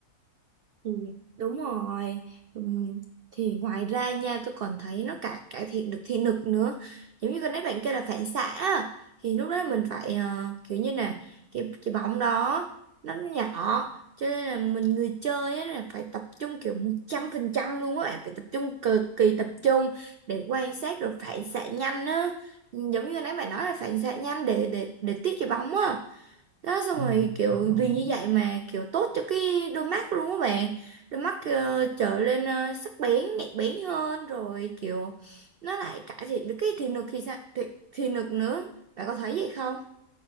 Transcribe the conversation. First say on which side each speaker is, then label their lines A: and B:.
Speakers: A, on the right (about 85°); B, on the right (about 60°).
A: Ừ, đúng rồi Ừm, thì ngoài ra nha tôi còn thấy nó cả cải thiện được thị lực nữa giống như cái nãy bạn kêu là phản xạ á, thì lúc đó mình phải ờ, kiểu như là cái cái bóng đó nó nhỏ cho nên là mình người chơi á là phải tập trung kiểu một trăm phần trăm luôn á bạn phải tập trung cực kỳ tập trung để quan sát rồi phản xạ nhanh á Ừ, giống như nãy bạn nói là phản xạ nhanh để để để tiếp cái bóng á đó xong
B: ừ,
A: rồi kiểu
B: đúng rồi
A: vì
B: đó
A: như vậy mà kiểu tốt cho cái đôi mắt luôn các bạn đôi mắt ờ, trở lên ờ, sắc bén nhạy bén hơn rồi kiểu nó lại cải thiện được cái thị lực thì sao thị, thị lực nữa bạn có thấy vậy không